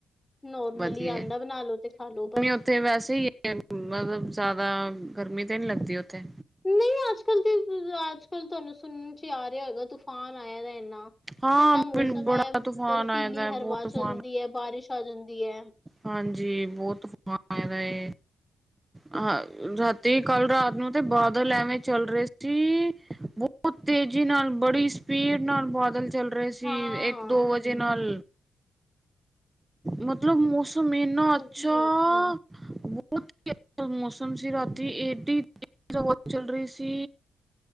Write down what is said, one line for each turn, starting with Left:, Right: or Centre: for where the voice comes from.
Left: ਨੋਰਮਲੀ
Right: ਵਧੀਆ
Left: ਆਂਡਾ ਬਣਾ ਲੋ ਤੇ ਖਾ ਲੋ ਬਸ
Right: ਉੱਥੇ <unintelligible> ਵੈਸੇ ਹੀ ਮਤਲਬ ਜ਼ਿਆਦਾ <inaudible> ਗਰਮੀ ਤੇ ਨਹੀਂ ਲੱਗਦੀ ਉੱਥੇ
Left: ਨਹੀਂ ਅੱਜ ਕੱਲ ਤੇ ਅੱਜ ਕੱਲ ਤੁਹਾਨੂੰ ਸੁਣਨ ਚ ਆ ਰਿਹਾ ਹੋਏਗਾ <unintelligible> ਤੂਫ਼ਾਨ ਆਇਆ ਦਾ ਇੰਨਾ
Right: ਹਾਂ
Left: ਠੰਡਾ ਮੌਸਮ
Right: ਬਿਲ ਬੜਾ
Left: ਹੈ
Right: ਤੂਫਾਨ
Left: ਬਰਫੀਲੀ
Right: ਆਏ ਦਾ ਬਹੁਤ
Left: ਹਵਾ
Right: ਤੂਫਾਨ
Left: ਚਲਦੀ ਹੈ ਬਾਰਿਸ਼ ਆ ਜਾਂਦੀ ਹੈ
Right: ਹਾਂਜੀ ਬਹੁਤ ਤੂਫਾਨ ਆਏ ਦਾ ਏ ਹਾਂ ਰਾਤੀ ਕੱਲ ਰਾਤ ਨੂੰ ਤੇ ਬਾਦਲ ਐਵੇਂ ਚੱਲ ਰਹੇ ਸੀ ਬਹੁਤ ਤੇਜ਼ੀ ਨਾਲ ਬੜੀ ਸ ਸਪੀਡ ਨਾਲ ਬਾਦਲ ਚੱਲ ਰਹੇ ਸੀ
Left: ਹਾਂ,
Right: ਇੱਕ ਦੋ ਵਜੇ ਨਾਲ। ਮਤਲਬ ਮੌਸ ਏਨਾ
Left: ਉਹੀ
Right: ਅਛਾ ਬਹੁਤ ਹੀ <inaudible> ਮੌਸਮ ਸੀ ਰਾਤੀ ਏਡੀ <inaudible> ਹਵਾ ਚੱਲ ਰਹੀ ਸੀ।